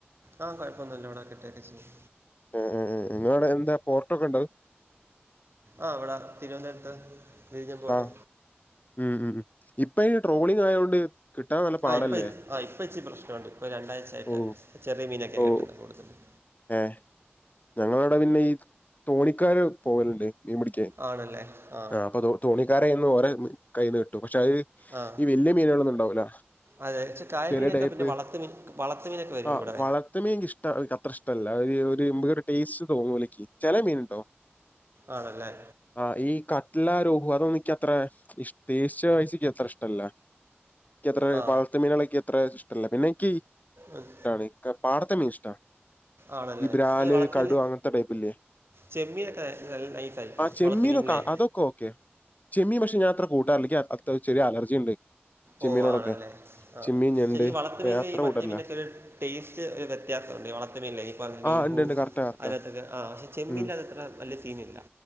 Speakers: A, on the right (about 70°); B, on the left (about 40°).
A: ആഹ് കൊഴപ്പൊന്നുല്ലാ ഇവിടെ കിട്ടും ക്കെ ചെയ്യും
B: ഉം ഉം ഉം നിങ്ങളാവിടെ എന്താ പോർട്ട് ഒക്കെ ഉണ്ട്
A: ആഹ് ഇവിടെ തിരുവനന്തപുരത്ത് വിഞ്ഞും പോർട്ട്
B: ആ ഉം ഉം ഇപ്പ ഈ ട്രോളിങ് ആയോണ്ട് കിട്ടാൻ നല്ല പാടല്ലേ?
A: ആഹ് ഇപ്പ ഇ ആഹ് ഇപ്പ ഇച്ചി പ്രശ്നമുണ്ട് ഇപ്പൊ രണ്ടാഴ്ചായിട്ട്
B: ഓ
A: ചെറിയ മീനൊക്കെ
B: ഓ
A: കിട്ടുന്നു കൂടുതലും
B: ഏഹ് ഞങ്ങള അവിടെ പിന്നെ ഈ തോണിക്കാര് പോവലുണ്ട് മീൻ പിടിക്കാൻ
A: ആണല്ലേ ആ
B: ആഹ് അപ്പ തൊ തൊണിക്കാരൊ കയ്ന്ന് ഓരെ കയ്യ്ന്ന് കിട്ടു പക്ഷെ അത്
A: ആ
B: ഈ വലിയ മീനുകളൊന്നും ഉണ്ടാവൂല.
A: അതെ പക്ഷെ കായൽമീനൊക്കെ
B: ചെറിയ ടൈപ്പ്
A: പിന്നെ വളർത്ത് മീൻ വളർത്ത് മീനൊക്കെ വരും
B: ആഹ്
A: ഇവിടെ
B: വളർത്ത് മീൻ ക്ക് ഇഷ്ട അത്ര ഇഷ്ടല്ല ഒരു ഒരു നമുക്കൊരു ടെസ്റ്റ് തൊന്നുല്ലക്ക് ചേലെ മീൻ ട്ടോ
A: ആണല്ലേ
B: ആഹ് ഈ കട്ടലാരു അതോന്നുംക്ക്‌ത്ര ഈ ടെസ്റ്റ് വയ്സ്സിക്ക് അത്ര ഇഷ്ടല്ല എനിക്ക് അത്ര
A: ആ
B: വളർത്ത് മീനുകളെ അത്ര ഇഷ്ടല്ല പിന്നെ നിക്ക്
A: ഉം.
B: ഈ പാടത്തെ മീൻ ഇഷ്ടമാണ്..
A: ആണല്ലേ
B: ഈ ബ്രാല്
A: അല്ലെ വളർത്ത്
B: കടു
A: മീൻ
B: അങ്ങനത്തെ ടൈപ്പ് ല്ലെ..
A: ചെമ്മീനൊക്കെ നല്ല നൈസ്സായ്രിക്കും
B: ചെമ്മീനൊക്കെ
A: വളർ ത്ത് മീനല്ലേ..
B: അതൊക്കെ ഓക്കെ ചെമ്മീൻ പക്ഷെ ഞാൻ അത്ര കൂട്ടാറില്ല അത്ര ചെറിയ അലർജി ഉണ്ട്.. ചെമ്മീനോടൊക്കെ
A: ഓ ആണല്ലേ ആ
B: ചെമ്മീൻ ഞണ്ട്
A: ശെരിക്ക് ഈ വളർത്ത്
B: ഇപ്പൊ
A: മീൻ
B: ഞാൻ അത്ര
A: ഈ മറ്റ
B: കൂട്ടറില്ല
A: മീനൊക്കെ ഒരു ടേസ്റ്റ് ഒരു വ്യത്യാസംമുണ്ട് വളർ.. മില്ല ഇപ്പൊ ലോഹു
B: ആ ഉണ്ട് ഉണ്ട് കറക്റ്റാ കറക്റ്റാ
A: അതിനകത്തൊക്കെ ആ പക്ഷെ ചെമ്മീനിൽ
B: ഉം
A: അതത്ര വലിയ സീനില്ലാ..